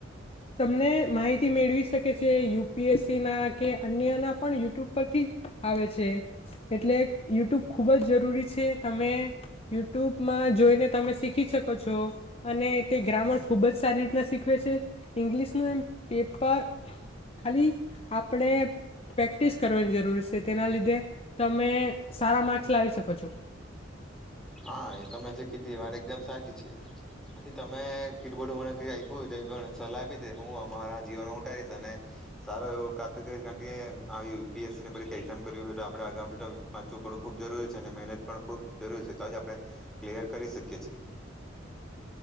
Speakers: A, on the left; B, in the centre.
A: તમને માહિતી મેળવી શકે છે. યુપીએસસી ના કે અન્યના પણ યુટ્યુબ પરથી આવે છે. એટલે યુટ્યુબ ખૂબ જ જરૂરી છે. તમે યુટ્યુબમાં જોઈને તમે શીખી શકો છો. અને તે ગ્રામર ખૂબ જ સારી રીતના શીખવે છે. ઈંગ્લિશનું એમ પેપર ખાલી આપણે પ્રેક્ટિસ કરવાની જરૂર છે. તેના લીધે તમે સારા માર્ક્સ લાવી શકો છો.
B: હા એ તમે જે કીધી મારી એઝામ સાચી છે. આથી, તમે કીટબડું મને ક આપ્યું સલાહ આપી છે. હું અમારા જીવન ઉઠારીશ અને સારો એવું પ્રાપ્ત કરીશ કારણ કે, યુ પી એસ ની એક્ઝામ ને એવી કરવી હોય તો, આપે અગાઉથી વાંચવું થોડું ખૂબ જરૂરી છે. અને મહેનત પણ ખૂબ જરૂરી છે. તો જ આપણે કિલ્યર કરી શકીએ છીએ.